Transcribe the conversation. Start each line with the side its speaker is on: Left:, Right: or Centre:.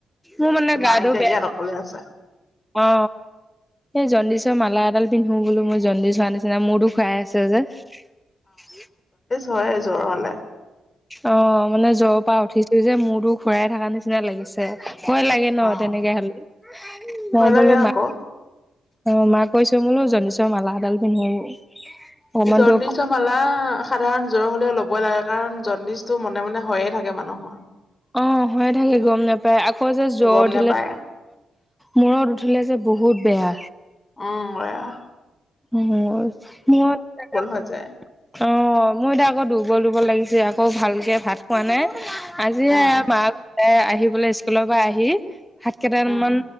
Centre: মোৰ মানে
Left: মা
Centre: গাটো
Left: এতিয়া
Centre: বেয়া
Left: ইয়াত অকলে আছে
Centre: অঁ সেই জণ্ডিছৰ মালা এডাল পিন্ধো বোলো মই জণ্ডিছ হোৱা নিচি চিনা মূৰতো খাই আছে যে।
Left: হয়য়ে জ্বৰ হ'লে।
Centre: অ' মানে জ্বৰৰ পৰা উঠিছো যে মূৰতো ঘুৰাই থকা নিচিনা লাগিছে। ভয় লাগে ন
Left: অ
Centre: তেনেকে হলে, মই
Left: ভয় লাগে
Centre: বোলো
Left: আকৌ
Centre: ম অ' মা'ক কৈছো বোলো জণ্ডিছৰ মালা এডাল পিন্ধো অকমান
Left: জণ্ডিছৰ
Centre: দূৰ
Left: মালা সাধাৰণ জ্বৰ হ'লেও ল'বই লাগে কাৰণ জণ্ডিছটো মনে মনে হয়য়ে থাকে মানুহৰ।
Centre: অ হৈয়ে থাকে গম নোপায়। আকৌ যে জ্বৰ
Left: গম
Centre: উঠিলে
Left: নেপায়
Centre: মূৰত উঠিলে যে বহুত বেয়া।
Left: উম হয় আৰু
Centre: অ ম <unintelligible>
Left: হৈ যায়
Centre: অ' মোৰ এতিয়া আকৌ দুৰ্বল দুৰ্বল লাগিছে, আকৌ ভালকে ভাত খোৱা নাই। আজিয়ে
Left: উম
Centre: মা গোট আহি পেলাই স্কুলৰ পৰা আহি ভাত কেইটাম
Left: উম
Centre: মান